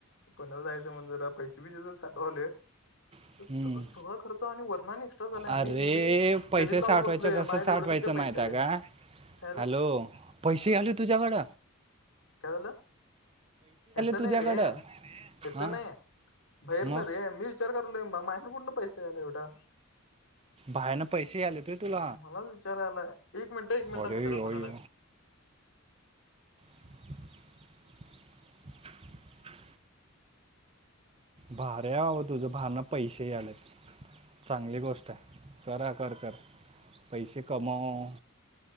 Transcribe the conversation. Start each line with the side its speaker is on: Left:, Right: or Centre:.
Left: पुण्यांला जायचं म्हंण जरां पैसे बिसे जे साठवाले
Right: हम्म.
Left: संग सगळां खर्च आणि वर्णन एक्स्ट्रां झालायं
Right: अरे
Left: मी मी
Right: पैसे
Left: गणित
Right: साठवायचं
Left: लावतं बसलोय
Right: कसं
Left: माझ्या
Right: साठवायचं
Left: एवढं कसं कायं
Right: माहिती
Left: पैसे
Right: आहे
Left: आलेत
Right: का
Left: काय झालं
Right: हॅलो पैसे आलं तुझ्यांकडे
Left: कायं झालं ह्यांचं
Right: तुझ्याकडं
Left: नाहीं रे ह्यांचं
Right: हा
Left: नाहीं भैरं
Right: मग
Left: नां रे मी विचांर करोय मंग माझेकडे कुंठून पैसे आले आहे एवढां
Right: बाहेरं पैसे आले तुं तुलां
Left: मलांच विचारांयलाय एक मिनिटं एक मिनिटांत
Right: अरे
Left: मित्रांचा
Right: यो
Left: फोन
Right: यो
Left: आलांय
Right: <unintelligible> <unintelligible> भार्या व तुझ्यां भांना पैसे यांलेत चांगली गोष्ट आहे करां करं करं पैसे कमंव